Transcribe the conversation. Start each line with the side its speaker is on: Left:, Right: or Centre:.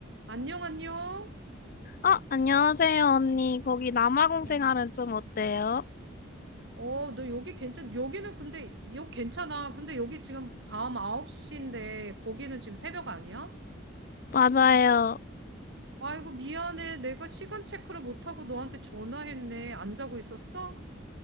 Right: 안녕, 안녕.
Left: 어, 안녕하세요, 언니. 거기 남아공
Right: 어,
Left: 생활은 좀 어때요?
Right: 어, 너 여기 괜찮, 여기는 근데, 여기 괜찮아. 근데 여기 지금 밤 9시인데, 거기는 지금 새벽 아니야?
Left: 맞아요.
Right: 아이고, 미안해. 내가 시간 체크를 못하고 너한테 전화했네. 안 자고 있었어?